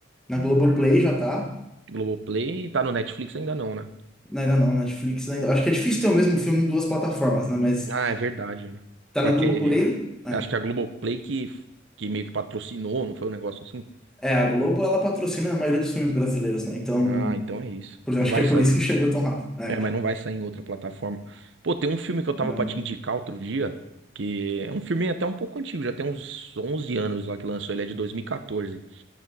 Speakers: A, in the centre; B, on the right (about 65°).
A: Na Globoplay já tá.
B: Globoplay, tá no Netflix ainda não, né?
A: Não, Ainda não, Netflix ainda. Acho que é difícil ter o mesmo filme em duas plataformas, né? mas
B: Ah, é verdade, né?
A: Tá
B: Porque
A: na Globoplay. É,
B: acho que a Globoplay que que meio que patrocinou, não foi um negócio assim?
A: É, a Globo ela patrocina a maioria dos filmes brasileiros, né? Então,
B: Ah, então é isso.
A: por- eu
B: Não
A: acho
B: vai
A: que é
B: sair
A: por isso que chegou tão rápido. É,
B: É, mas não vai sair em outra plataforma. Pô, tem um filme que eu tava
A: não.
B: pra te indicar outro dia, que é um filme até um pouco antigo, já tem uns 11 anos lá que lançou, ele é de 2014. E quatorze.